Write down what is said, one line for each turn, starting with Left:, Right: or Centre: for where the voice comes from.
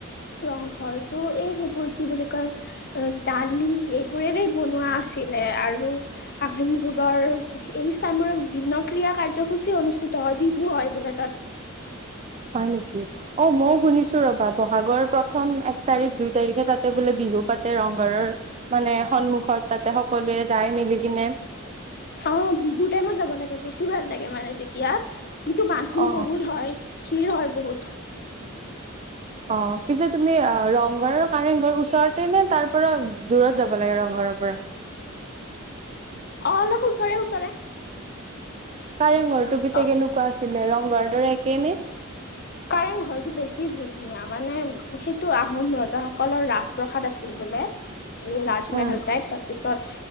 Left: ৰংঘৰটো এই সেইবোৰ কি বুলি কয় দালি এইবোৰেৰেই বনোৱা আছিলে আৰু আহোম যুগৰ এই স্থানবোৰত বিভিন্ন ক্ৰীড়া, কাৰ্যসূচী অনুষ্ঠিত হয়, বিহু হয় বোলে তাত।
Right: হয় নেকি, অ' মই শুনিছো ৰ'বা ব'হাগৰ প্ৰথম এক তাৰিখ দুই তাৰিখে তাতে বোলে বিহু পাতে ৰংঘৰৰ, মানে সন্মু খত তাতে সকলোৱে যায় মিলি কিনে।
Left: অঁ, বিহু টাইমত যাব লাগে বেছি ভাল লাগে মানে তেতিয়া। কিন্তু মানুহ
Right: অ
Left: বহুত হয়। ভিৰ হয় বহুত।
Right: অঁ, পিছে তুমি আ ৰংঘৰ আৰু কাৰেংঘৰ ওচৰতে নে তাৰ পৰা দূৰত যাব লাগে ৰংঘৰৰ পৰা?
Left: অঁ, অলপ ওচৰে ওচৰে।
Right: কাৰেংঘৰটো পিছে
Left: অ
Right: কেনেকুৱা আছিলে ৰংঘৰ ৰে একে নে?
Left: কাৰেং ঘৰটো বেছি ধুনীয়া মানে সেইটো আহোম ৰজাসকলৰ ৰাজপ্ৰসাদ আছিল বোলে। এই ৰাজমহল
Right: উম
Left: টাইপ, তাৰ পিছত